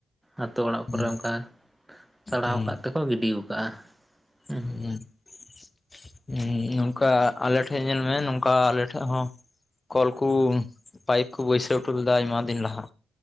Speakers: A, in the centre; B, on the left.
A: ᱟᱛᱳ ᱚᱲᱟᱜ ᱠᱚᱨᱮᱜ
B: ᱦᱩᱸ
A: ᱚᱱᱠᱟ ᱛᱟᱲᱟᱣ
B: ᱦᱩᱸ
A: ᱠᱟᱫ ᱛᱮᱠᱚ ᱜᱤᱰᱤᱣ ᱠᱟᱜᱼᱟ ᱦᱩᱸ
B: ᱦᱩᱸ ᱩᱻ ᱱᱚᱝᱠᱟ ᱟᱞᱮ ᱴᱷᱮᱡ ᱧᱮᱞ ᱢᱮ ᱱᱚᱝᱠᱟ ᱟᱞᱮ ᱴᱷᱮᱡ ᱦᱚᱸ ᱠᱚᱞ ᱠᱩ ᱯᱟᱭᱤᱯ ᱠᱚ ᱵᱟᱹᱭᱥᱟᱹᱣ ᱦᱚᱴᱚ ᱞᱮᱫᱟ ᱟᱭᱢᱟ ᱫᱤᱱ ᱞᱟᱦᱟ